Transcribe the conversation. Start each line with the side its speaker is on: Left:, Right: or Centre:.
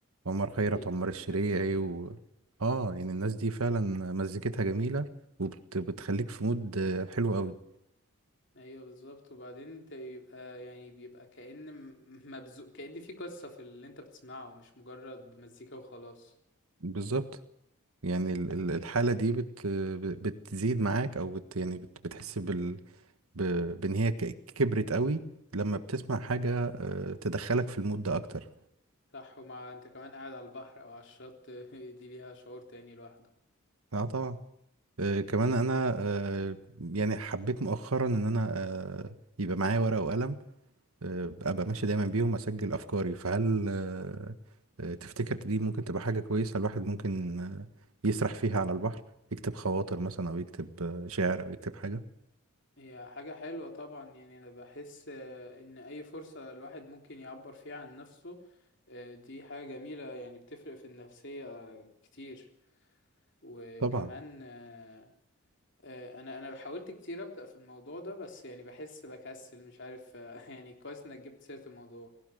Right: عمر خيرت
Left: لا ليه
Right: عمر الشريعي
Left: حاجات جميلة
Right: و اه يعني الناس دي فعلا مزيكتها جميلة وبتخليك في مود آه، حلو قوي
Left: ايوه بالظبط وبعدين انت يبقى يعني بيبقى كأن م- مبذوق كأن في قصة في اللي انت بتسمعه مش مجرد مزيكا وخلاص
Right: بالظبط يعني ال- ال- الحالة دي بت بتزيد معاك او بت يعني بت بتحس بال ب- بان هي ك- كبرت قوي لما بتسمع حاجة آه، تدخلك في المود ده اكتر
Left: صح ومع انت كمان قاعد على البحر او على الشط <laughs> دي ليها شعور تاني لوحده
Right: اه طبعا آه كمان انا آه يعني حبيت مؤخرا ان انا آه يبقى معايا ورقة وقلم آه، ابقى ماشي دايما بيهم اسجل افكاري فهل آه، آه، تفتكر دي ممكن تبقى حاجة كويسة الواحد ممكن آه، يسرح فيها على البحر يكتب خواطر مثلا او يكتب آه، شعر او يكتب حاجة
Left: هي حاجة حلوة طبعا يعني أنا بحس آه، إن أي فرصة الواحد ممكن يعبر فيها عن نفسه آه، دي حاجة جميلة يعني بتفرق في النفسية كتير وكمان
Right: طبعا
Left: آه، آه، أنا أنا حاولت كتير أبدأ في الموضوع ده بس يعني بحس بكسل مش عارف آه، <laughs> يعني كويس إنك جبت سيرة الموضوع